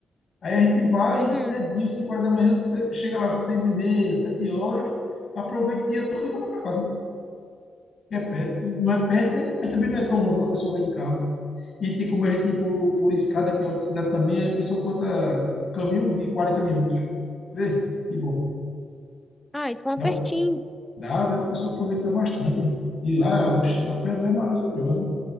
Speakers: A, on the left; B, in the centre.
A: Aí a gente vai
B: Uhum.
A: cedinho, 5 horas da manhã, ce- chega lá às 6 e meia, 7 horas, aproveita o dia todo e volta para casa. Que é perto. Não é perto, né? Mas também não é tão longe quando a pessoa vai de carro. E tem como a gente ir por, por escada, que é outra cidade também, aí a pessoa corta caminho de 40 minutos. Vê? Que bom.
B: Ah, então é
A: Dá
B: pertinho.
A: pra, dá, dá pra pessoa aproveitar bastante. E lá, oxe, lá a praia de lá é maravilhosa.